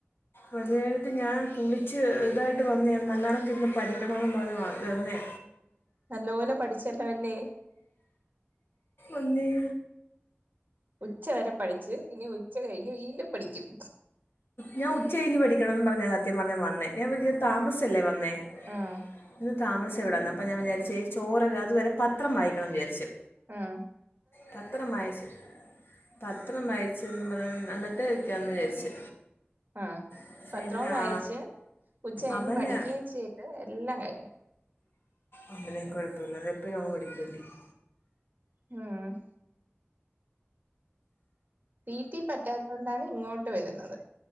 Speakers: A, on the left; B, on the right.
A: മതിയായിട്ട് ഞാൻ കുളിച്ച് ഇതായിട്ട് വന്നേയ നല്ല കണക്കി ഇന്ന് പഠിക്കണമെന്ന് പറഞ്ഞ് തന്നേ
B: നല്ലപോലെ പഠിച്ചല്ലോല്ലേ
A: അന്നേ
B: ഉച്ച വരെ പഠിച്ച് ഇനി ഉച്ച കഴിഞ് വീണ്ടും പഠിക്കും
A: ഞാൻ ഉച്ച കഴിഞ്ഞ് പഠിക്കണമന്ന് പറഞ്ഞ സത്യം പറഞ്ഞ വന്നേ ഞാൻ താമസിച്ചല്ലേ വന്നേ
B: ആഹ്
A: ഇന്ന് താമസം എവിടെന്ന് അപ്പ ഞാൻ വിചാരിച്ച് ചോ അതുവരെ പത്രം വായിക്കണം വിചാരിച്ചു
B: ആഹ്
A: പത്ര മയച്ച് പത്രം വായിച്ച പറ എന്നിട്ട്ക്കാന്ന് വിചാരിച്ച്
B: ആഹ്
A: പക്ഷേ
B: പത്രവും
A: ഇനി
B: വായിച്ച്
A: ആ
B: ഉച്ച കഴിഞ്ഞ്
A: അവന്
B: പഠിക്കുകയും ചെയ്ത് എല്ലാം കഴിഞ്ഞു
A: അമ്മനെ കുഴപ്പല്ല അതപ്പോഴും ഞങ് <unintelligible>
B: ഉം വീട്ടി പറ്റാത്തോണ്ടാണ് ഇങ്ങോട്ട് വരുന്നത്